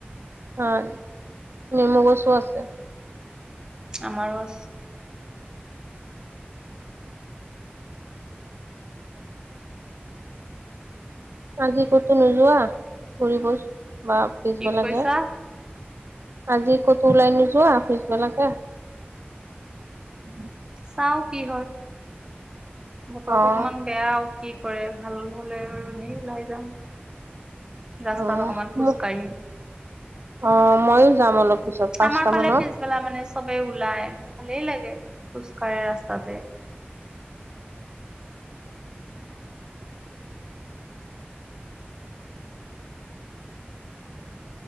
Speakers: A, on the right; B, on the right.
A: হয়, নেমু গছো আছে।
B: আমাৰো আছে।
A: আজি ক'তো নোযোৱা, ফুৰিব? বা পিছবেলাকে,
B: কি কৈছা?
A: আজি ক'ত। ওলাই নোযোৱা পিছবেলাকে? <inaudible>
B: চাওঁ কি হয়? বতৰটো
A: অ
B: অকমান বেয়া আৰু কি কৰে ভাল হ'লে, আৰু এনেই ওলাই যাম। ৰাস্তাত
A: অ
B: অকমান খোজকাঢ়িম,
A: মোক অ মইয়ো যাম অলপ পিছত পাঁচটা
B: আমাৰ ফালে
A: মানত
B: পিছবেলা মানে চবেই ওলায়। ভালেই লাগে, খোজকাঢ়ে ৰাস্তাতে।